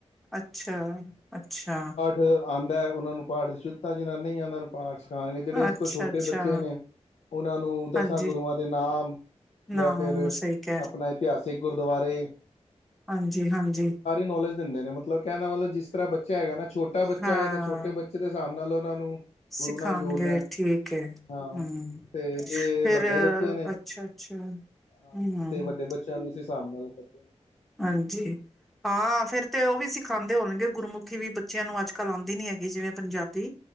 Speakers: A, in the centre; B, on the left (about 70°).
A: ਅੱਛਾ, ਅੱਛਾ।
B: ਦੇ ਆਉਂਦਾ ਏ ਉਹਨਾਂ ਨੂੰ ਪਾਠ ਦੀ ਸ਼ੁੱਧਤਾ, ਜਿਹਨਾ ਨਹੀਂ ਆਂਦਾ ਉਹ ਨੂੰ ਪਾਠ ਸਿਖਾਉਣਗੇ, ਜਿਹੜੇ ਉਸ
A: ਅੱਛਾ
B: ਤੋਂ ਛੋਟੇ
A: ਅੱਛਾ
B: ਬੱਚੇ ਨੇ। ਉਹਨਾਂ ਨੂੰ ਦਸਾਂ
A: ਹਾਂਜੀ
B: ਗੁਰੂਆਂ ਦੇ ਨਾਮ, ਜਾਂ
A: ਨਾ
B: ਫੇਰ
A: ਸਹੀ ਕਹਿ
B: ਆਪਣਾ
A: ਰਹੇ
B: ਇਤਿਹਾਸਿਕ ਗੁਰਦੁਆਰੇ,
A: ਹਾਂਜੀ-ਹਾਂਜੀ।
B: ਨੋਲੇਜ ਦਿੰਦੇ ਨੇ, ਮਤਲਬ ਕਹਿਦਾ ਮਤਲਬ ਜਿਸ ਤਰਾਂ ਬੱਚਾ ਹੈਗਾ ਨਾ, ਛੋਟਾ ਬੱਚਾ
A: ਹਾਂ
B: ਹੈ ਤੇ ਛੋਟੇ ਬੱਚੇ, ਬੱਚੇ ਦੇ ਹਿਸਾਬ ਨਾਲ ਉਹਨਾਂ ਨੂੰ,
A: ਸਿਖਾਉਣਗੇ
B: ਗੁਰੂ ਨਾਲ ਜੋੜਨਾ
A: ਠੀਕ ਹੈ,
B: ਹਾਂ
A: ਹੂੰ
B: ਤੇ ਜੇ
A: ਫੇਰ
B: ਵੱਡੇ ਬੱਚੇ ਨੇ
A: ਅੱਛਾ, ਅੱਛਾ।
B: ਹਾਂ
A: ਹੂੰ,
B: ਤੇ ਵੱਡੇ ਬੱਚਿਆਂ ਨੂੰ ਓਸ ਹਿਸਾਬ ਨਾਲ ਕਰਦੇ।
A: ਹਾਂਜੀ, ਹਾਂ ਫੇਰ
B: ਨੇ
A: ਤੇ ਉਹ ਵੀ ਸਿਖਾਉਂਦੇ ਹੋਣਗੇ ਗੁਰਮੁਖੀ ਵੀ ਬੱਚਿਆਂ ਨੂੰ ਅੱਜ ਕੱਲ ਆਉਂਦੀ ਨੀ ਹੈਗੀ ਜਿਵੇਂ ਪੰਜਾਬੀ।